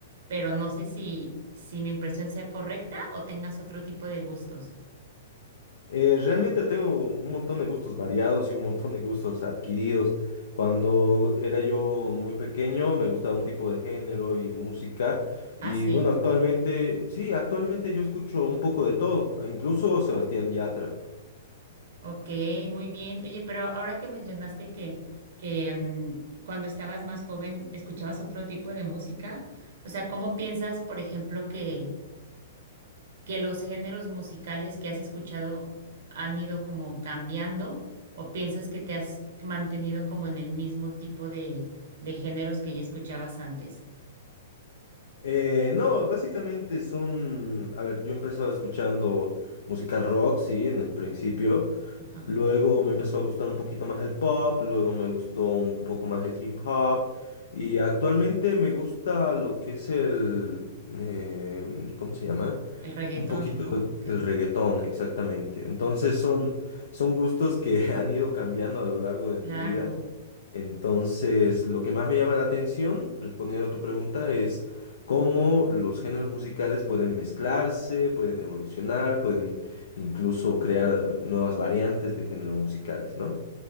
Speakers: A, on the right; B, on the left.
A: pero no sé si si mi impresión sea correcta o tengas otro tipo de gustos.
B: Eh, realmente tengo un montón de gustos variados y un montón de gustos adquiridos. Cuando era yo muy pequeño me gustaba un tipo de género y música y
A: ¿Ah, sí?
B: bueno, actualmente, sí, actualmente yo escucho un poco de todo, incluso Sebastián Yatra.
A: Ok, muy bien. Oye, pero ahora que mencionaste que, que mm, cuando estabas más joven escuchabas otro tipo de música, o sea, ¿cómo piensas, por ejemplo, que, que los géneros musicales que has escuchado han ido como cambiando o piensas que te has mantenido como en el mismo tipo de, de géneros que ya escuchabas antes?
B: Eh, no, básicamente son, a ver, yo empezaba escuchando música rock, sí, en el principio.
A: Ajá.
B: Luego me empezó a gustar un poquito más el pop, luego me gustó un poco más el hip hop y actualmente me gusta lo que es el, eh, ¿cómo se llama?
A: El reggaetón,
B: Un poquito
A: ¿no?
B: el
A: Ok,
B: el reggaetón, exactamente. Entonces son, son gustos que <laughs> han ido cambiando a lo largo de mi
A: claro.
B: vida entonces, lo que más me llama la atención, respondiendo a tu pregunta, es cómo los géneros musicales pueden mezclarse, pueden evolucionar, pueden incluso crear nuevas variantes de géneros musicales, ¿no?